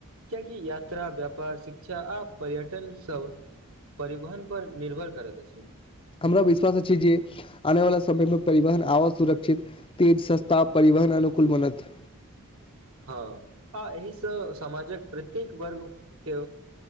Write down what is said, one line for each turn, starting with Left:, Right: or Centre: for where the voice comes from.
Right: कियाकि यात्रा, व्यापार, शिक्षा आ पर्यटन सब परिवहन पर निर्भर करैत अछि।
Left: हमरा विश्वास अछि जे आनेवला समयमे परिवहन आवाज, सुरक्षित, तेज, सस्ता परिवहन, अनुकूल बनत।
Right: हां, आ एहिसं समाजक प्रत्येक वर्गके